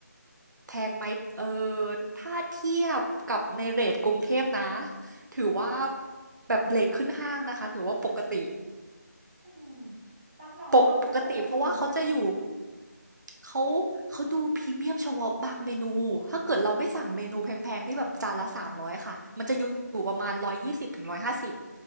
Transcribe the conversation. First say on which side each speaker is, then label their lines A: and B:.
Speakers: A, on the right; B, on the right.
A: แพงไหม เออ ถ้าเทียบกับในเรทกรุงเทพนะ ถือว่าแบบเรทขึ้นห้างนะคะ ถือว่าปกติ
B: อืมกักมองว่าเขาก็ดูพรีเมียมดีเนาะ
A: ปกปกติเพราะว่าเขาจะอยู่เขาเขาดูพรีเมียมเฉพาะบางเมนู ถ้าเกิดเราไม่สั่งเมนูแพงๆที่แบบจานละสามร้อยค่ะ มันจะอยู่ประมาณร้อยยี่สิบถึงร้อยห้าสิบ